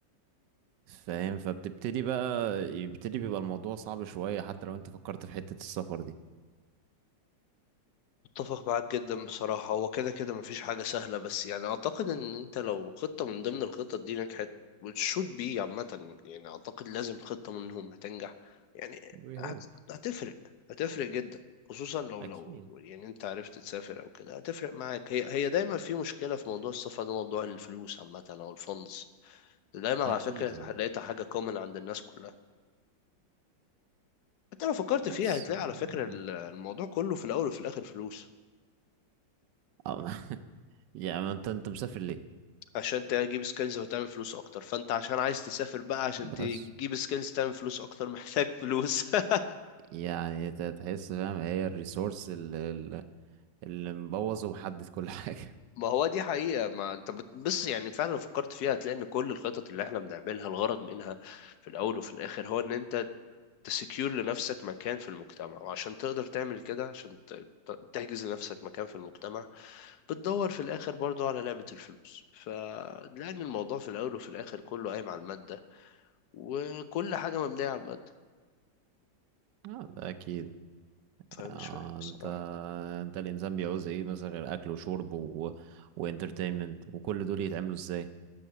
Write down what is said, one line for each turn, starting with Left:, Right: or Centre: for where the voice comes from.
Right: فاهم فبتبتدي بقى يبتدي بيبقى الموضوع صعب شوية حتى لو انت فكرت في حتة السفر دي
Left: اتفق معاك جدا بصراحة هو كده كده مفيش حاجة سهلة بس يعني أعتقد إن أنت لو خطة من ضمن الخطط دي نجحت وتشوت بي عامة يعني أعتقد لازم خطة منهم هتنجح يعني
Right: وي
Left: هت...
Right: هوب
Left: هتفرق هتفرق جدا خصوصا لو
Right: اكيد
Left: لو يعني أنت عرفت تسافر أو كده هتفرق معاك هي هي دايما في مشكلة في موضوع السفر ده موضوع الفلوس عامة أو الفندس دايما على
Right: اكيد
Left: فكرة
Right: آه.
Left: لقيتها حاجة كومن عند الناس كلها حتى لو فكرت
Right: بس
Left: فيها هتلاقي
Right: آه،
Left: على فكرة الموضوع كله في الأول وفي الآخر فلوس
Right: آه، <laughs> يعني انت انت مسافر ليه
Left: عشان تجيب سكيلز وتعمل فلوس اكتر فانت عشان عايز تسافر بقى عشان تجيب
Right: بس
Left: سكيلز تعمل فلوس اكتر محتاج فلوس <laughs>
Right: يعني انت تحس فاهم هي الريسورس اللي, اللي مبوظ ومحدد كل <laughs> حاجة
Left: ما هو دي حقيقة ما انت بت- بس يعني فعلا لو فكرت فيها هتلاقي ان كل الخطط اللي احنا بنعملها الغرض منها في الاول وفي الاخر هو ان انت تسكيور لنفسك مكان في المجتمع وعشان تقدر تعمل كده عشان ت- ت- تحجز لنفسك مكان في المجتمع بتدور في الاخر برضو على لعبة الفلوس فلأن الموضوع في الاول وفي الاخر كله قايم على المادة وكل حاجة مبنية على المادة
Right: اه ده اكيد
Left: فمش
Right: يعني
Left: فاهم بصراحة
Right: انت انت الانسان بيعوز ايه مثلا غير اكل وشرب و... وانترتينمنت وكل دول يتعملوا ازاي